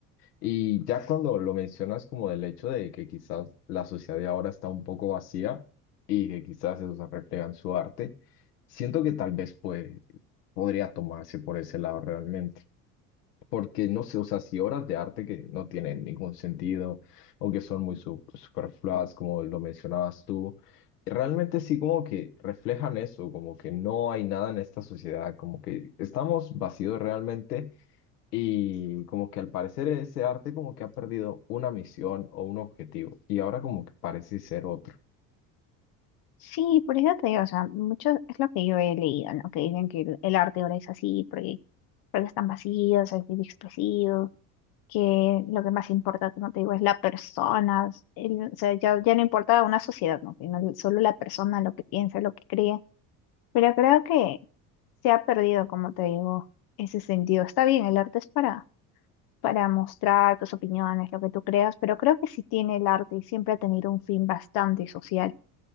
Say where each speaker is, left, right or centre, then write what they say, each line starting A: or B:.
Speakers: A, on the left; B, on the left.
A: Y ya cuando lo mencionas como del hecho de que quizás la sociedad de ahora está un poco vacía y que quizás eso se refleja en su arte, siento que tal vez puede, podría tomarse por ese lado realmente. Porque no sé, o sea, si obras de arte que no tienen ningún sentido o que son muy su- superfluas, como lo mencionabas tú, realmente sí como que reflejan eso, como que no hay nada en esta sociedad, como que estamos vacíos realmente y como que al parecer ese arte como que ha perdido una misión o un objetivo y ahora como que parece ser otro.
B: Sí, por eso te digo, o sea, mucho es lo que yo he leído, ¿no? Que dicen que el, el arte ahora es así, porque, porque están vacíos, es muy expresivo, que lo que más importa, como te digo, es la persona, el- o sea, ya, ya no importa una sociedad, ¿no? Sino el- solo la persona, lo que piensa, lo que cree. Pero creo que se ha perdido, como te digo, ese sentido. Está bien, el arte es para, para mostrar tus opiniones, lo que tú creas, pero creo que sí tiene el arte y siempre ha tenido un fin bastante social